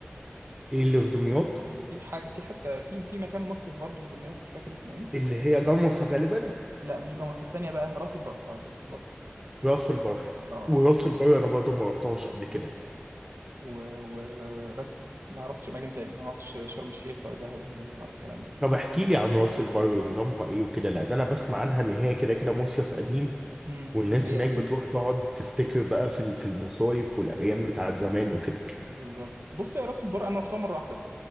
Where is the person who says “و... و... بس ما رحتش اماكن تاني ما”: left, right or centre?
Right